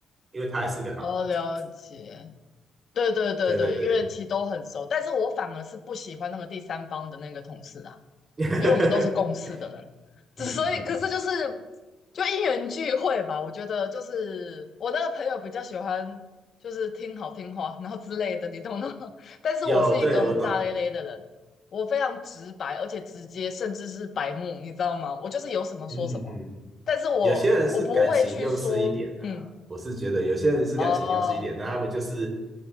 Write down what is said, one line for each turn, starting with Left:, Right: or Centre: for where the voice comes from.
Right: 因为他也是个好人这样子。
Left: 哦，了解，对对对对，
Right: 对对对，
Left: 因为其实都很熟，但是我反而是不喜欢那个第三方的那个同事啊。
Right: <laughs>
Left: 因为我们都是共事的人，
Right: 嗯嗯嗯，
Left: 只所以可是就是就因缘聚会吧。我觉得就是我那个朋友比较喜欢就是听好听话，然后之类的，你懂的。<laughs> 但是我是一个很大咧咧的人，
Right: 有，对，我懂，
Left: 我非常直白，而且直接，甚至是白目，你知道吗？我就是有什么说什么，
Right: 嗯嗯嗯。
Left: 但是我我不会去说，
Right: 有些人是感情用事一点的啊我是觉得有些人是感情用事一点，
Left: 嗯，哦、
Right: 那他们就是